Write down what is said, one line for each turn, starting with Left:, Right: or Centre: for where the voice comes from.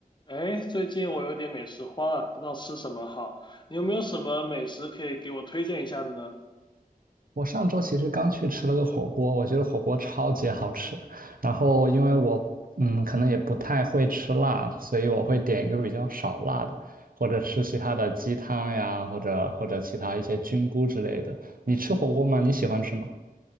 Left: 哎，最近我有点美食荒啊，不知道吃什么好。你有没有什么美食可以给我推荐一下的呢？
Right: 我上周其实刚去吃了个火锅，我觉得火锅超级好吃。然后因为我嗯，可能也不太会吃辣，所以我会点一个比较少辣的，或者吃其他的鸡汤呀，或者或者其他一些菌菇之类的。你吃火锅吗？你喜欢吃吗？